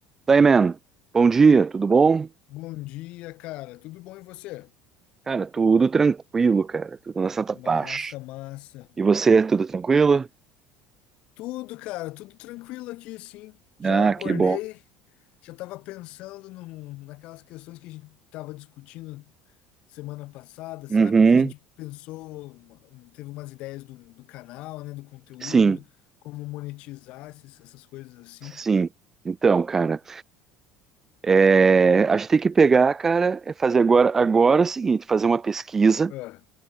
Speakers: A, on the right; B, on the left.
A: Daí, man. Bom dia, tudo bom?
B: Bom dia, cara. Tudo bom e você?
A: Cara, tudo tranquilo, cara. Tudo na santa
B: Massa,
A: paz.
B: massa.
A: E você, tudo tranquilo?
B: Tudo, cara, tudo tranquilo aqui, sim. Já
A: Ah,
B: acordei,
A: que bom.
B: já tava pensando no naquelas questões que a gente tava discutindo semana passada, sabe?
A: Uhum.
B: Que a gente pensou, uma- um- teve umas ideias do, do canal, né? Do conteúdo,
A: Sim,
B: como monetizar esses- essas coisas assim.
A: sim. Então, cara, é, a gente tem que pegar, cara, é fazer agora, agora é o seguinte, fazer uma pesquisa,
B: Ah,